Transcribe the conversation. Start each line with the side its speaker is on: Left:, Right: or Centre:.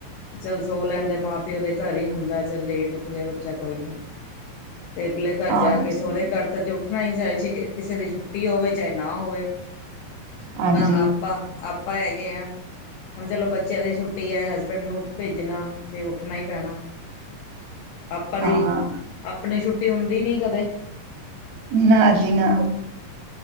Left: ਚੱਲ ਸੌ ਲੈਂਣ ਦੇ ਚਲ ਮਾਂ ਪਿਓਦੇ ਘਰ ਹੀ ਹੁੰਦਾ ਚੱਲ ਲੇਟ ਉੱਠ ਗਿਆ ਬੱਚਾ ਕੋਈ ਨਹੀ ਤੇ ਅਗਲੇ ਘਰ
Right: ਹਾਂਜੀ
Left: ਜਾ ਕੇ ਸਹੁਰੇ ਘਰ ਤਾਂ ਉੱਠਣਾ ਹੀ ਚਾਹੇ ਸੀ ਕਿਸੇ ਦੀ ਛੁੱਟੀ ਹੋਵੇ ਚਾਹੇ ਨਾ ਹੋਵੇ। ਹੁਣ
Right: ਹਾਂਜੀ।
Left: ਆਪਾਂ ਆਪਾਂ ਹੈਗੇ ਆ ਹੁਣ ਚਲੋ ਬੱਚਿਆਂ ਦੀ ਛੁੱਟੀ ਹੈ ਹਸਬੈਂਡ ਨੂੰ ਭੇਜਣਾ ਤੇ ਉੱਠਣਾ ਹੀ ਪੈਣਾ ਆਪਾਂ ਦੀ
Right: ਹਾਂ
Left: ਆਪਣੀ ਛੁੱਟੀ ਟੀ ਹੁੰਦੀ ਨੀ ਕਦੇ
Right: ਨਾ ਜੀ ਨਾ